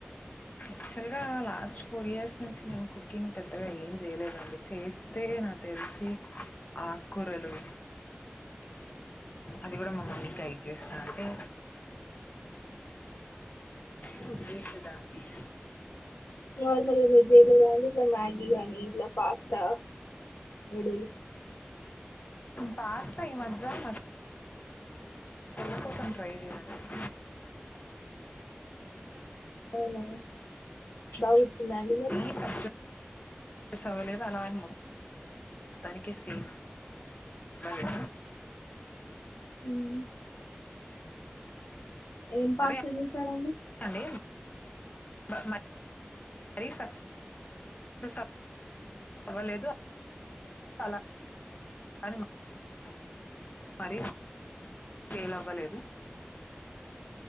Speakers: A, on the left; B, on the left.
A: యాక్చువల్ గా లాస్ట్ ఫోర్ ఇయర్స్ నుంచి నేను కుకింగ్ పెద్దగా ఏం చేయలేదండీ చేస్తే నాకు తెలిసి ఆకురాలు అది కూడా మా మమ్మీ గైడ్ చేస్తాంటే కుక్ చేసేదాన్ని
B: నార్మల్గా మీరు చేయలేదా అండి ఇట్లా మ్యాగీ గానీ ఇట్లా పాస్తా నూడిల్స్
A: పాస్త ఈ మధ్య మా నాకోసం ట్రై చేయరా మే <inaudible>
B: అవునా బాగా వచ్చిందా అండి మరి
A: ఈ సబ్జా సవ్వలేదు అలా అని మొత్తానికే <inaudible> ఫెల్ మళ్లీ
B: ఉహు ఏం పాస్తా
A: అదే
B: చేసా చేసారండీ
A: అండి <inaudible> మరీ సక్సెస్ <inaudible> అవ్వలేదు అలా అని మరి ఫెయిల్ అవ్వలేదు